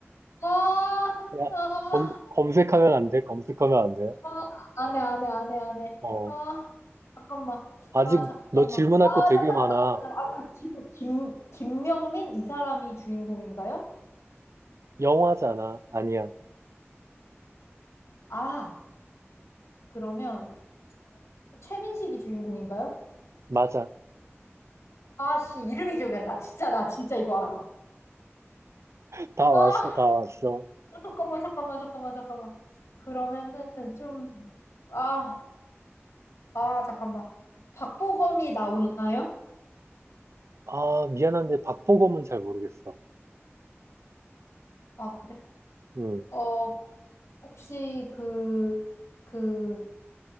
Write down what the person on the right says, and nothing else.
야,
검, 검색하면 안 돼, 검색하면 안 돼.
어,
아직
너 질문할
거 되게
많아.
영화잖아. 아니야,
맞아.
<laughs> 다 왔어,
다 왔어.
아, 미안한데 박보검은 잘 모르겠어.
응.